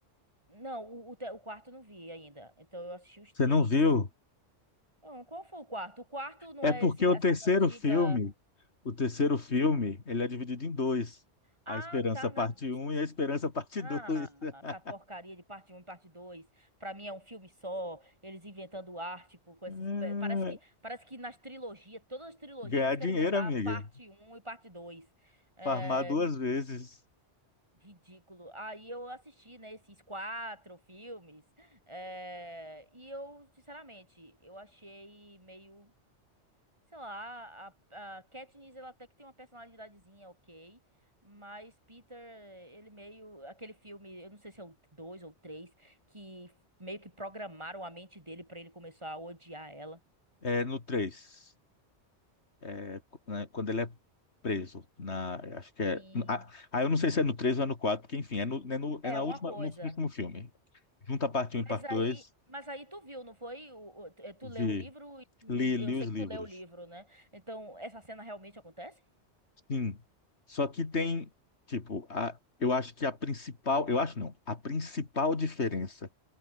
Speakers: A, on the right (about 25°); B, on the left (about 65°).
A: Não, o, o, te- o quarto eu não vi ainda. Então eu assisti os
B: Você
A: três.
B: não viu?
A: Então, qual foi o quarto? O quarto não
B: É
A: é
B: porque
A: esse,
B: o
A: essa
B: terceiro
A: cantiga.
B: filme, o terceiro filme, ele é dividido em dois.
A: Ah,
B: A Esperança
A: tá.
B: Parte
A: Na...
B: Um e a Esperança Parte
A: Ah,
B: Dois. <laughs>
A: essa porcaria de parte um, e parte 2. Pra mim é um filme só. Eles inventando arte com, com esses.
B: É,
A: pe- Parece que, parece que nas trilogias, todas as trilogias,
B: Ganhar
A: eles querem
B: dinheiro,
A: botar
B: amiga.
A: parte um e parte 2. É,
B: Farmar duas vezes.
A: Ridículo. Aí eu assisti, né, esses quatro filmes. eh, E eu, sinceramente, eu achei meio, sei lá, a, a Katniss, ela até que tem uma personalidadezinha ok. Mas Peter, ele meio. Aquele filme, eu não sei se é o dois ou três, que meio que programaram a mente dele pra ele começar a odiar ela.
B: É no três. É, qu- né, quando ele é preso. Na, acho que é.
A: Sim.
B: Ah, ah, eu não sei se é no 3 ou é no 4, porque enfim, é, no, é, no-
A: É,
B: é na
A: uma
B: última,
A: coisa.
B: no, no último filme. Junta a parte
A: Mas
B: Um e parte
A: aí,
B: Dois
A: mas aí tu viu, não foi? O- o- eh, tu leu
B: Vi.
A: o livro e e
B: Li,
A: eu
B: li
A: sei
B: os
A: que tu
B: livros.
A: leu o livro, né? Então, essa cena realmente acontece?
B: Sim. Só que tem, tipo, a, eu acho que a principal, eu acho não, a principal diferença,